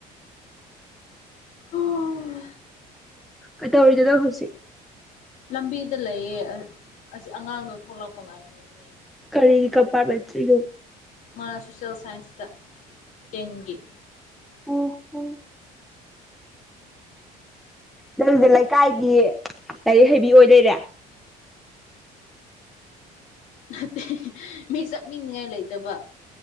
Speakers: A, on the left (about 50°); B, in the centre.
A: ꯑꯥ
B: ꯀꯩꯗꯧꯔꯤꯅꯣ ꯅꯪ ꯍꯧꯖꯤꯛ
A: ꯂꯝꯕꯤꯗ ꯂꯩꯌꯦ ꯑꯁꯤ ꯑꯉꯥꯡꯗꯣ ꯊꯣꯛꯂꯛꯄ ꯉꯥꯔꯤꯝꯅꯦ
B: ꯀꯔꯤꯒꯤ ꯀꯝꯄꯠꯃꯦꯟꯇ꯭ꯔꯤꯅꯣ
A: ꯃꯥ ꯁꯣꯁꯦꯜ ꯁꯥꯏꯟꯁꯇ ꯇꯦꯟꯒꯤ
B: ꯑꯣ ꯍꯣ ꯅꯪꯁꯦ ꯂꯩꯀꯥꯏꯒꯤ ꯂꯥꯏꯔꯤꯛ ꯍꯩꯕꯤ ꯑꯣꯏ ꯂꯩꯔꯦ
A: ꯅꯠꯇꯦ ꯃꯤ ꯆꯞꯃꯤꯅꯤꯉꯥꯏ ꯂꯩꯇꯕ